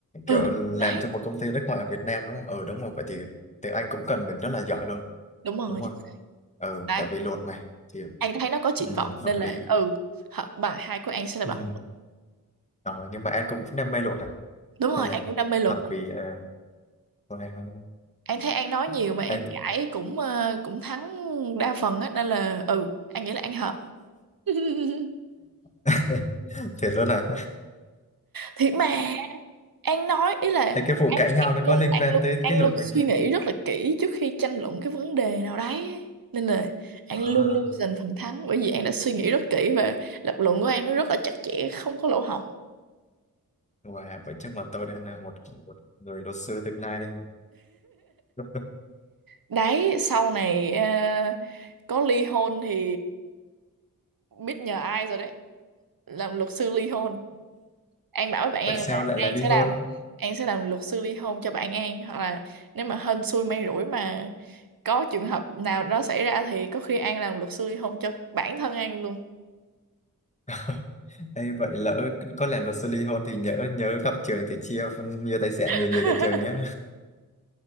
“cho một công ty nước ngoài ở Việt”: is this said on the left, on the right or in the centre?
Left